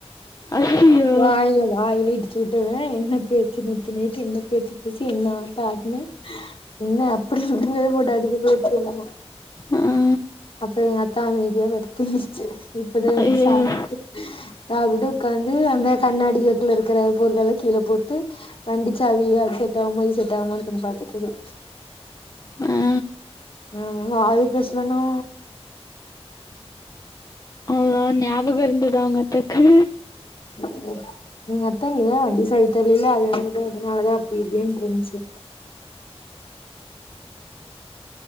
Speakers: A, on the left; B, on the left.
A: ஐயயோ
B: வாயில வாயில இட்டுச்சு விட்டுவே என்ன பேச்சு நேத்தி நைட்டு என்ன பேச்சு சி என்ன ஆட்டோ அட்ன்ன என்ன அப்டி இப்டி எதோ போட்டு அடிக்குது எங்க அம்மா
A: ஆ
B: அப்ப எங்க அத்த அமைதியா படுத்திருச்சு இப்பதா என்சிட்டு
A: அய்யய்யோ
B: சாப்ட்டுடு சாப்டுடு உட்காந்து அந்த கண்ணாடி ஜக்குள இருக்கிற பொருள் எல்லா கீழ போட்டு வண்டிச்சாவி அது செட் ஆகுமா இது செட் ஆகுமான்னு பாத்துட்டு இருக்கு
A: ஆ
B: ஆ வாயு பேசலணா
A: ஆ ஞாபகம் இருந்துதா உங்க அத்தைக்கு
B: போ எங்க அத்த இருங்காள வண்டி தெரில அதுனத அதனாலதா அப்டி இப்டின்னு இருந்துச்சு